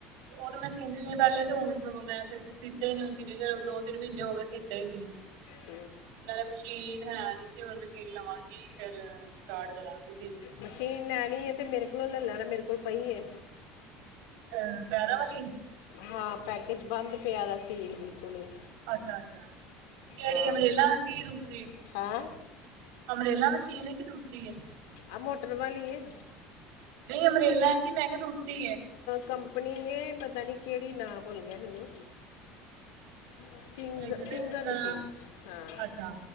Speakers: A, on the right; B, on the left.
A: ਉਹ, ਮੈਂ ਸੀਂਦੀ ਸੀ ਪਹਿਲੇ ਤੇ, ਹੁਣ ਸਗੋਂ ਮੈਂ ਤੇ ਸੀਤੇ ਹੀ ਨਹੀਂ, ਕਿੰਨੀ ਚਿਰ ਦੋ ਤਿੰਨ ਮਹੀਨੇ ਹੋ ਗਏ, ਸੀਤੇ ਹੀ ਨੀ ਹੈ।
B: ਹ <unintelligible>
A: ਨਾਲੇ ਮਸ਼ੀਨ ਹੈ ਨੀ, ਤੇ ਹੁਣ ਮਸ਼ੀਨ ਲਵਾਂਗੀ ਫਿਰ ਸਟਾਰਟ ਕਰਾਂਗੇ।
B: ਮਸ਼ੀਨ ਲੈਣੀ ਤੇ, ਮੇਰੇ ਕੋਲੋਂ ਲੈ ਲੈਣਾ, ਮੇਰੇ ਕੋਲ ਪਈ ਹੈ।
A: ਅਹ, ਪੈਰਾਂ ਵਾਲੀ
B: ਹਾਂ, ਪੈਕੇਜ ਬੰਦ ਪਿਆ, ਵਾ ਸੀਲ ਬਿਲਕੁਲ ਹੀ।
A: ਅੱਛਾ -ਅੱਛਾ, ਕਿਹੜੀ
B: ਹਾਂ
A: ਅਮਰੇਲਾ ਕੀ ਦੂਸਰੀ?
B: ਹਾਂ
A: ਅੰਮਰੇਲਾ ਮਸ਼ੀਨ ਹੈ ਕਿ ਦੂਸਰੀ ਹੈ?
B: ਆਹ, ਮੋਟਰ ਵਾਲੀ ਏ।
A: ਨਹੀਂ ਅੰਮਰੇਲਾ, ਕਿ ਮੈਂ ਕਿਹਾ ਦੂਸਰੀ ਹੈ
B: ਕੰਪਨੀ, ਇਹ ਪਤਾ ਨਹੀਂ, ਕਿਹੜੀ ਨਾਂ ਭੁੱਲ ਗਿਆ ਮੈਨੂੰ ਸਿੰਗ
A: ਇੱਕ ਤੇ,
B: ਸਿੰਗਰ
A: ਜਿਸ ਤਰ੍ਹਾਂ,
B: ਮਸ਼ੀਨ ਹਾਂ
A: ਅੱਛਾ,